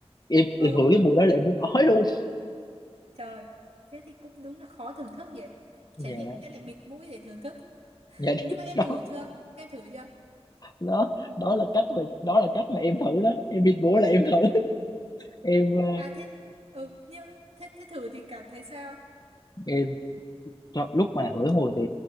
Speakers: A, on the left; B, on the right.
A: em
B: Ờ
A: em hửi cái mùi đó là em muốn ói luôn
B: trời. Thế thì cũng đúng là khó thưởng thức nhỉ. Chả
A: dạ
B: nhẽ lại bịt mũi để thưởng thức.
A: dạ
B: Nhưng mà em
A: <laughs> đó
B: thử chưa? Em thử chưa?
A: đó đó là cách mà đó là cách mà em thử đó em bị bố là em thử <laughs> em ờ,
B: À thế ừ, nhưng thế thế thử thì cảm thấy sao?
A: em cho, lúc mà hửi ngồi thì